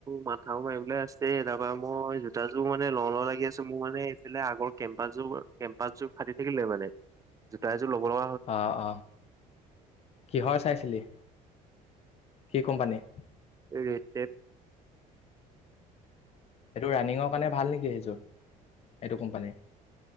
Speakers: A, on the right; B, on the left.
A: মাথাও মাৰিবলৈ আছে তাৰ পৰা মই জোতা জোৰ মানে তল লাগি আছো মোৰ মানে এইফালে আগৰ কেম্পাযোৰ কেম্পাচযোৰ ফাটি থাকিলে। মানে যোটা এযো লগৰ লগ
B: আহ অ কিহৰ চাইছিলি- কি কোম্পানী
A: এইট
B: সেইটো ৰানিঙৰ কাৰণে ভাল নেকি সেইযোৰ এইটো কোম্পানীৰ-